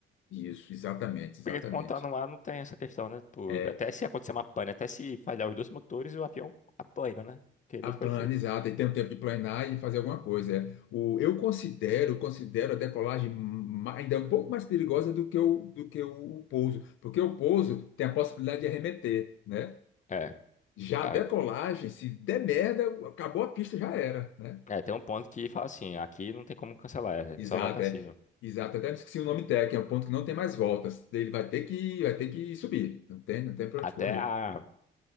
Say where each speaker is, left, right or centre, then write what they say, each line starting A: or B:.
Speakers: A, on the left; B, on the left.
A: isso, exatamente, exatamente.
B: Porque quando tá no ar não tem essa questão, né? Tipo,
A: É,
B: até se acontecer uma pane, até se falhar os dois motores, o avião apanha, né? Porque ele
A: a plana,
B: foi feito.
A: exato, e tem um tempo de planear e fazer alguma coisa. é. O, eu considero, considero a decolagem ma- ainda um pouco mais perigosa do que o, do que o, o pouso, porque o pouso tem a possibilidade de arremeter, né?
B: É,
A: Já
B: a-
A: a decolagem, se der merda, acabou a pista, já era, né?
B: é, tem um ponto que fala assim, aqui não tem como cancelar, a gente
A: Exato,
B: só vai pra
A: é.
B: cima.
A: Exato, até me esqueci o nome técnico, é um ponto que não tem mais voltas. Ele vai ter que, vai ter que subir. Não tem, não tem para
B: Até
A: onde correr.
B: a